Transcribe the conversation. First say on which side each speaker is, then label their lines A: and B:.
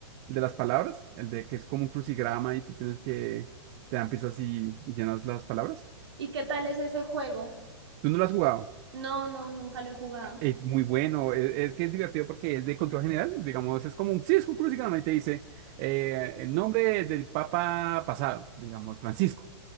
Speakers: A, on the right; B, on the right.
A: el de las palabras, el de que es como un crucigrama y tú tienes que, te dan pistas y llenas las palabras.
B: ¿y qué tal es ese juego?
A: ¿Tú no lo has jugado?
B: No, no, nunca lo he jugado.
A: Es muy bueno, es, es que es divertido porque es de control general, digamos, es como un Cisco Cruz y te dice eh, el nombre del Papa pasado, digamos, Francisco,